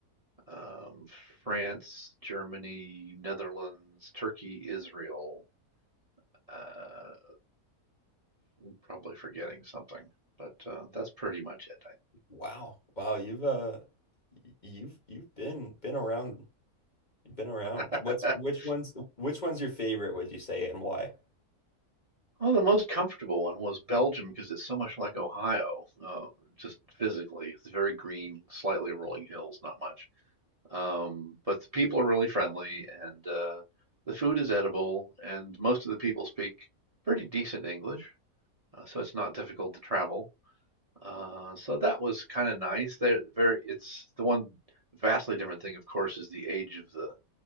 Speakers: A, on the right; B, on the left.
A: um, France, Germany, Netherlands, Turkey, Israel. Uh, I'm probably forgetting something, but uh, that's pretty much it,
B: Wow. Wow, you've uh you've you've been been around you've been around.
A: I think.
B: What's which
A: <laughs>
B: one's which one's your favorite, would you say, and why?
A: Oh, the most comfortable one was Belgium because it's so much like Ohio, uh, just physically. It's very green, slightly rolling hills, not much. Um, but the people are really friendly, and uh, the food is edible, and most of the people speak pretty decent English, uh, so it's not difficult to travel. Uh, so that was kind of nice. They're very, it's the one vastly different thing, of course, is the age of the